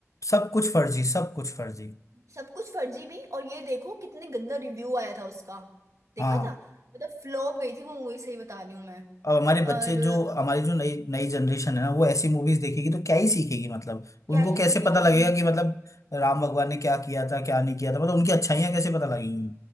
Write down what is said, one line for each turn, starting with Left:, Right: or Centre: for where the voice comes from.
Left: सब कुछ फर्जी सब कुछ फर्जी
Right: सब कुछ फर्जी भी और ये देखो कितने गंदा रिव्यू आया था उसका देखा
Left: हाँ
Right: था मतलब फ्लॉप गई थी वो मूवी सही बता रही हूँ मैं
Left: अब हमारे बच्चे
Right: और
Left: जो हमारी जो नई नई जनरेशन है ना वो ऐसी मूवीज देखेगी तो क्या ही सीखेगी मतलब
Right: क्या
Left: उनको
Right: ही
Left: कैसे
Right: सीखेगी
Left: पता
Right: सही
Left: लगेगा
Right: में
Left: कि मतलब राम भगवान ने क्या किया था क्या नहीं किया था मतलब उनकी अच्छाइयाँ कैसे पता लगेंगी